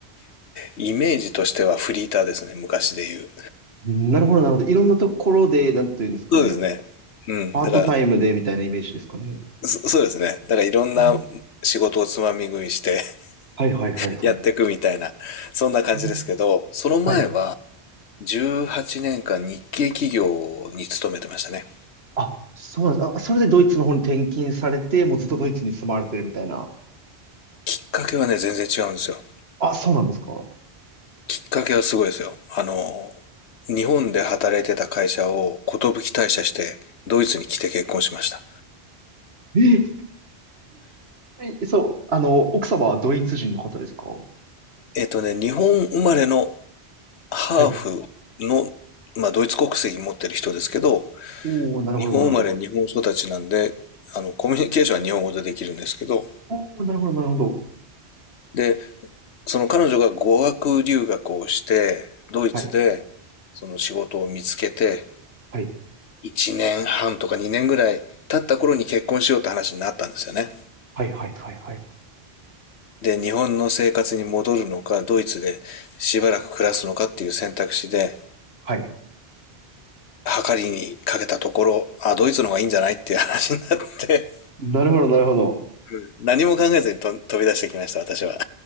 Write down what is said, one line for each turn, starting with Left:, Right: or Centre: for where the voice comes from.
Left: イメージとしてはフリーターですね、昔で言う。
Right: なるほど、なるほど。いろんなところで、なんていうんですかね。
Left: そうですね。うん。
Right: パートタイムでみたいなイメージですかね。
Left: だから、そ、そうですね。だからいろんな
Right: うん
Left: 仕事をつまみ食いして
Right: はい、はい、
Left: <laughs>
Right: はい、はい。
Left: やっていくみたいな、そんな感じですけど、
Right: おー
Left: その前は
Right: はい。
Left: 18年間日系企業に勤めてましたね。
Right: あ、そうなんです。あ、それでドイツの方に転勤されて、もうずっとドイツに住まわれてるみたいな。
Left: きっかけはね、全然違うんですよ。
Right: あ、そうなんですか。
Left: きっかけはすごいですよ。あの、日本で働いてた会社を寿退社して、ドイツに来て結婚しました。
Right: え、え、え、そう、あの、奥様はドイツ人の方ですか
Left: えっとね、日本生まれのハーフの、
Right: はい。
Left: まあ、ドイツ国籍持ってる人ですけど、
Right: おー、なるほど、
Left: 日本生まれ、
Right: なるほど。
Left: 日本育ちなんで、あの、コミュニケーションは日本語でできるんですけど、
Right: おお、なるほど、なるほど。
Left: で、その彼女が語学留学をして、ドイツで、
Right: はい、
Left: その仕事を見つけて、
Right: はい、
Left: 1年半とか2年ぐらい経った頃に結婚しようって話になったんですよね。
Right: はい、はい、はい、はい。
Left: で、日本の生活に戻るのか、ドイツでしばらく暮らすのかっていう選択肢で、
Right: はい
Left: 計りにかけたところ、あ、ドイツの方がいいんじゃないっていう話になって
Right: なるほど、なるほど。
Left: <laughs>、何も考えずにと飛び出してきました、私は。